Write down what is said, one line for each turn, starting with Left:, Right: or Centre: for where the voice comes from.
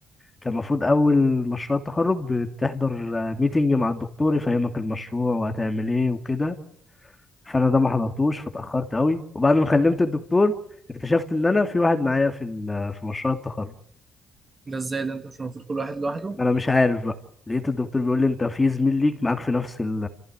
Left: كان المفروض اول مشروع التخرج بتحضر ميتنج مع الدكتور يفهمك المشروع وهتعمل ايه وكده فانا ده ما حضرتوش فاتاخرت قوي وبعد ما كلمت الدكتور اكتشفت ان انا في واحد معايا في ال- في مشروع التخرج
Right: ده ازاي ده انت مش المفروض كل واحد لوحده
Left: انا مش عارف بقى لقيت الدكتور بيقول لي انت في زميل ليك معاك في نفس ال